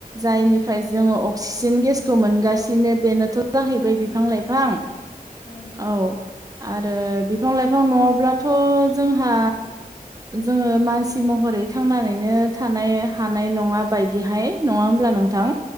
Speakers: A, on the right; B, on the left.
A: जायनिफ्राय
B: ओं
A: जोङो अक्सिजेन गेसखौ मोनगासिनो
B: ओं
A: बेनोथ' जाहैबाय
B: उम
A: बिफां-लाइफां
B: उम
A: औ आरो बिफां लाइफां न'ङाब्लाथ' जोंहा जोङो मानसि महरै थांनानैनो थानाय हानाय नङा बायदिहाय नङा होमब्ला नोंथां